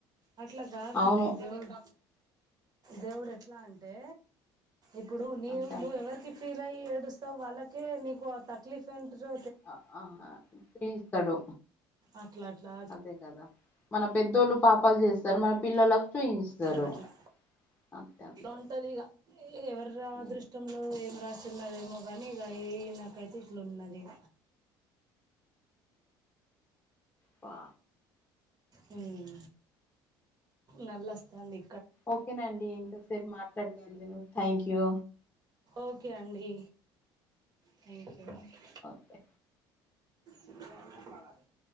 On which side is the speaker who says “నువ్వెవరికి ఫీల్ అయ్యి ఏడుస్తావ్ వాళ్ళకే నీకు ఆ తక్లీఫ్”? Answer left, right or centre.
Right